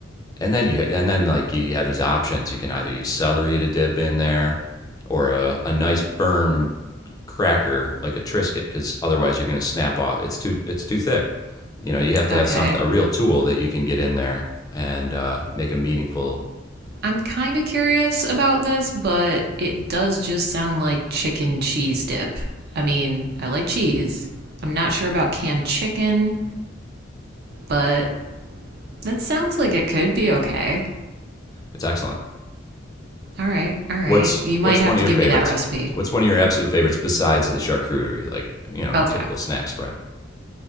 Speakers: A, on the left; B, on the right.
A: and then you and then like you have these options. You can either use celery to dip in there, or a, a nice firm cracker like a Triscuit because otherwise you're going to snap off. It's too it's too thick. You know, you have to
B: okay
A: have something a real tool that you can get in there and uh, make a meaningful.
B: I'm kind of curious about this, but it does just sound like chicken cheese dip. I mean, I like cheese. I'm not sure about canned chicken, but that sounds like it could be okay.
A: It's excellent.
B: All right, all right.
A: What's
B: You
A: what's
B: might have
A: one of
B: to
A: your
B: give
A: favorites?
B: me that recipe.
A: What's one of your absolute favorites besides the charcuterie, like you know,
B: Okay.
A: typical snack spread?